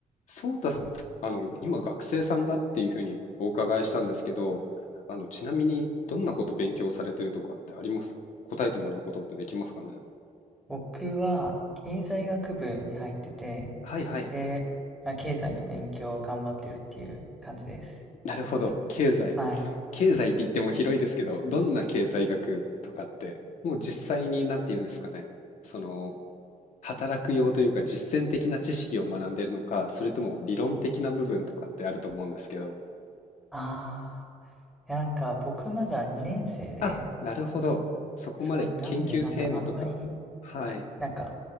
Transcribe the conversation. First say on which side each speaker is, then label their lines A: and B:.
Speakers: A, on the left; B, in the centre.
A: そうたさん、あの、今学生さんだっていうふうにお伺いしたんですけど、あの、ちなみにどんなこと勉強されてるとかってありますか答えてもらうことってできますかね
B: 僕は経済学部に入ってて、
A: はいはい。
B: で、まあ、経済の勉強を頑張ってるっていう感じです。
A: なるほど。経済。
B: はい。
A: 経済って言っても広いですけど、どんな経済学とかって、もう実際に何て言うんですかね。その、働く用というか実践的な知識を学んでるのか、それとも理論的な部分とかってあると思うんですけど。
B: ああ、いやなんか僕まだ2年生で、
A: あ、なるほど。そこまで研究テーマとか。
B: そう、なんでなんかあんまり、
A: はい。
B: なんか